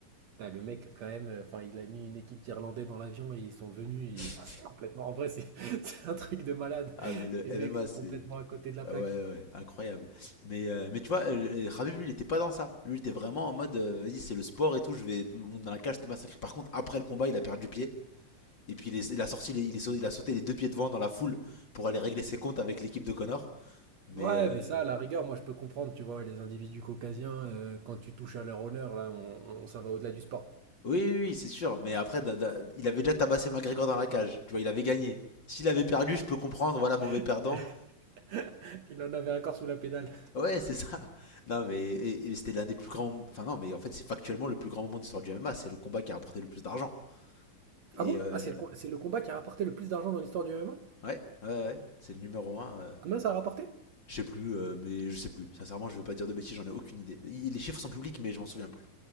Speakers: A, on the right; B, on the left.
A: Putain, le mec, quand même, euh, enfin, il a mis une équipe d'Irlandais dans l'avion et ils sont venus
B: <laughs>
A: et <laughs> ça, c'est complètement. En vrai, c'est <laughs> c'est un truc de malade.
B: Ah mais le
A: Les
B: MMA
A: mecs sont
B: c'est
A: complètement à côté de la
B: ah
A: plaque.
B: ouais ouais incroyable. Mais euh, mais tu vois euh, euh, Khabib lui il était pas dans ça. Lui il était vraiment en mode euh, vas-y c'est le sport et tout je vais te monter dans la cage je te massacrer. Par contre après le combat il a perdu pied et puis il, est- il a sorti les- il, est sau- il a sauté les deux pieds devant dans la foule pour aller régler ses comptes avec l'équipe de Connor. Mais
A: Ouais,
B: euh,
A: mais ça, à la rigueur, moi je peux comprendre, tu vois, les individus caucasiens, euh, quand tu touches à leur honneur, là, on, on- ça va au-delà du sport.
B: oui oui, oui, c'est sûr. Mais après da- da- il avait déjà tabassé McGregor dans la cage. Tu vois il avait gagné. S'il avait perdu je peux comprendre voilà mauvais perdant.
A: <laughs> Il en avait un corps sous la pédale.
B: Ouais, c'est ça. Non, mais et- et c'était l'un des plus grands. Enfin, non, mais en fait, c'est factuellement le plus grand moment de l'histoire du MMA. C'est le combat qui a rapporté le plus d'argent.
A: Ah
B: Et
A: bon?
B: euh,
A: Ah, c'est le, com- c'est le combat qui a rapporté le plus d'argent dans l'histoire du MMA?
B: ouais, ouais, ouais, c'est le numéro un. euh,
A: Combien ça a rapporté?
B: Je sais plus, euh, mais je sais plus. Sincèrement, je veux pas dire de bêtises, j'en ai aucune idée. Il- Les chiffres sont publics, mais je m'en souviens plus.